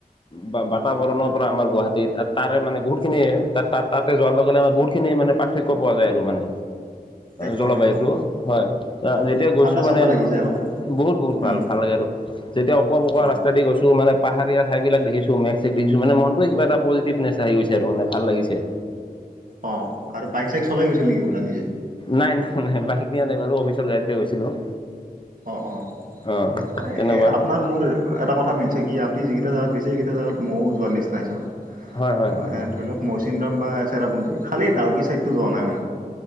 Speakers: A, on the left (about 30°); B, on the right (about 60°).
A: বা, বাতাবৰণৰ পৰা আমাৰ গুৱাহাটীত তাৰে মানে বহুত খিনি তা-তাতে যোৱাৰ লগে লগে বহুতখিনি মানে পাৰ্থক্য পোৱা যায় আৰু মানে
B: একদম
A: জলবায়ুটো
B: একদম
A: হয়।
B: অ
A: যেতিয়া গৈছোঁ
B: ঠাণ্ডা
A: মানে
B: ঠাণ্ডা লাগি যায় অলপমান
A: বহুত বহুত ভাল
B: উম
A: ভাল লাগে আৰু। যেতিয়া অকুৱা-পকুৱা
B: অ
A: ৰাস্তা দি গৈছো মানে পাহাৰীয়া ঠাইবিলাক দেখিছো মেঘ, চেঘ দেখিছোঁ মানে মনটোৱে কিবা এটা পজটিভনেছ আহি গৈছে আৰু মানে ভাল লাগিছে।
B: অ' আৰু বাইক-চাইক চলাই গৈছিল নেকি নিজে?
A: নাই নাই নাই, বাইক দিয়া নাই বাৰু অফিচৰ গাড়ীতে গৈছিলোঁ।
B: অ' অ'
A: অঁ তেনেকুৱা
B: এ আপোনাৰ-মোৰ এটা কথা মিলিছে কি, আপি যিকেইটা জেগাত গৈছে সেইকেইটা জেগাত মওঁ যোৱাৰ নিচিনা হৈছে মানে।
A: হয় হয় হয়
B: মানে
A: হয়
B: ধৰি
A: হয়
B: লওক <unintelligible> চেৰাপুঞ্জী, খালি ডাউকি ছাইডটোত যোৱা নাই মানে।